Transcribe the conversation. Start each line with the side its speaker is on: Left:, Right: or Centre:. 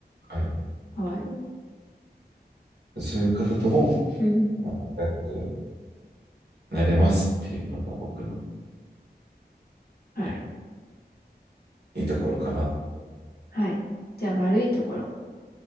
Right: はい。
Left: はい。
Right: そういう方とも、
Left: うん。
Right: ま仲良くなれますっていうのが僕の、
Left: はい。
Right: はいいいところかな。
Left: はい。じゃあ悪いところ。